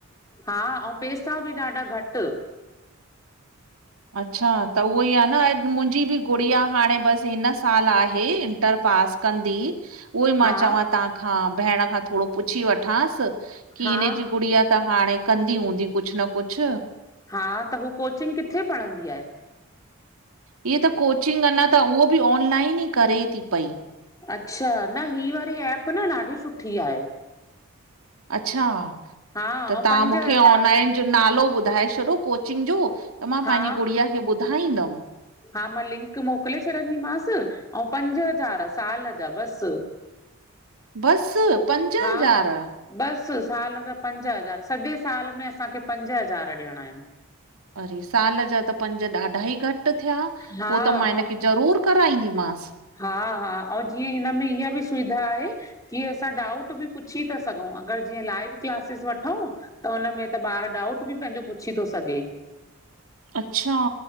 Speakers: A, on the left (about 15°); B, on the right (about 80°).
A: हा ऐं पैसा बि ॾाढा घट
B: अच्छा त उहोई आ न अॼु मुंहिंजी बि गुड़िया हाणे बस हिन साल आहे। पास कंदि उहही मा
A: हा
B: चवा त्वहा खां भेॾ खां थोडो पुछी वठांस की
A: हा
B: हिनजी गुड़िया त हाणे कंदी हूंदी कुछ न कुछ।
A: हा त हू कोचिंग किथे पढ़ंदी आहे
B: हीअ त कोचिंग अञा त उहो भी ऑनलाइन ई करे ती पई
A: अच्छा न ही वारी एप न ॾाढी सुठी आहे।
B: अच्छा।
A: हा
B: त
A: ऐं
B: तव्हां
A: पंज
B: मूंखे
A: हज़ार
B: ऑनलाइन जो नालो ॿुधाए छॾो कोचिंग जो त मां
A: हा
B: पंहिंजी गुड़िया खे ॿुधाईंदम।
A: हा मां लिंक मोकले छॾंदीमांस ऐं पंज हज़ार साल जा बस
B: बस पंज
A: हा
B: हज़ार।
A: बस साल जा पंज हज़ार सॼे साल में असांखे पंज हज़ार ॾेयणा आहिन।
B: अरे। साल जा त पंज ॾाढा ई घट थया पोइ
A: हा
B: त मां हिन खे ज़रूर कराईंदीमांस।
A: हा हा ऐं जीअं हिनमें इहा बि सुविधा आहे कि असां डाउट बि पुछी था सघूं अगरि जीअं लाइव क्लासिस वठूं त हुनमें त ॿारु डाउट बि पंहिंजो पुछी थो सघे।
B: अच्छा